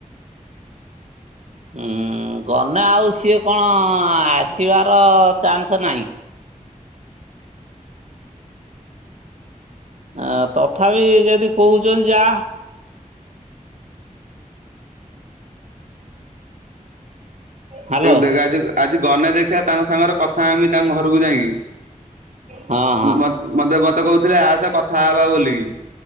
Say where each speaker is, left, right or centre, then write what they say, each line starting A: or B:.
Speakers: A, on the right; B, on the right.
A: ହୁଁ ଗନେ ଆଉ ସିଏ କଣ ଆସିବାର ଚାନ୍ସ ନାହିଁ। ଆ ତଥାପି ଯଦି କହୁଛନ୍ତି ଯା। ହ୍ୟାଲୋ
B: ଦେଖା ଆଜି ଗନେ ଦେଖିବା ତାଙ୍କ ସାଙ୍ଗରେ କଥା ହେମି ତାଙ୍କ ଘରକୁ ଯାଇକି।
A: ହଁ ହଁ
B: ମ ମତେ ମତେ କହୁଥିଲେ ଆସେ କଥା ହବା ବୋଲିକି।